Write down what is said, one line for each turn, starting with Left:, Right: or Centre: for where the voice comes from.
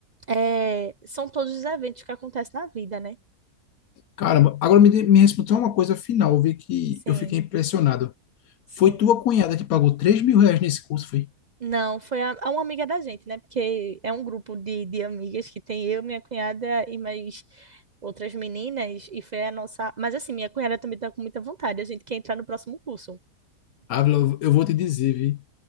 Right: é, são todos os eventos que acontecem na vida, né?
Left: Caramba, agora me, de- me respondeu uma coisa final, eu vi que
Right: Sim,
Left: eu fiquei impressionado.
Right: sim.
Left: Foi tua cunhada que pagou três mil reais nesse curso, foi?
Right: Não, foi a, a uma amiga da gente, né? Porque é um grupo de, de amigas que tem eu, minha cunhada e mais outras meninas, e foi a nossa. Mas assim, minha cunhada também tá com muita vontade, a gente quer entrar no próximo curso.
Left: Ávila, eu eu vou te dizer, vi.